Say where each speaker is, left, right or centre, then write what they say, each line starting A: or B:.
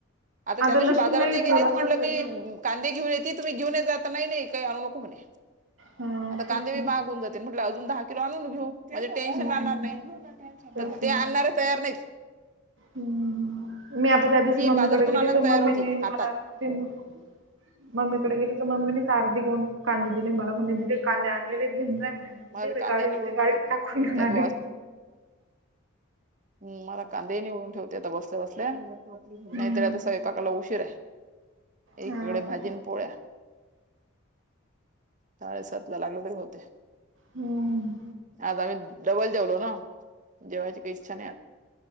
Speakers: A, on the right (about 35°); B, on the right (about 60°).
A: आता त्या दिवशी
B: लसूण
A: बाजारात
B: नाही
A: गेली
B: थोडसच
A: तर म्हटलं मी
B: आहे ना
A: काय कांदे घेऊन येते तुम्ही घेऊन जात नाही काही आणू नको म्हणे
B: हा
A: आता
B: तेच
A: कांदे बी
B: ना
A: महाग होऊन जातील म्ह अजून दहा किलो आणून घेऊ म्हणजे टेन्शन
B: हम्म
A: आणणार नाही
B: तेच
A: तर
B: ना
A: ते आणणार तयार नाही.
B: हम्म मी आता त्या दिवशी
A: मी
B: मम्मीकडे
A: बाजारातून
B: गेली
A: आणायला
B: तर
A: तयार
B: मम्मीनी
A: होती हातात
B: मला ते म मम्मीकडे
A: हम्म.
B: गेले तर मम्मी अर्धी गोणी कांदे दिले मला म्हणे दिदे कांदे आणलेले आहेत घेऊन जा म.
A: मला
B: दे
A: ते कांदे
B: गाडी
A: निवडून
B: होती
A: ठेवायचे
B: गाडी टाकून घेऊन
A: त्यात
B: आली.
A: हम मला कांदे निवडून ठेवते आता बसल्या बसल्या
B: हम्म
A: नाहीत आता स्वयंपाकाला उशीर आहे.
B: हा
A: एककडे भाजीन
B: तसं
A: पोळ्या. साडेसात ला लागल तरी होते.
B: हम्म
A: आज आम्ही डबल जेवलो ना जेव् छान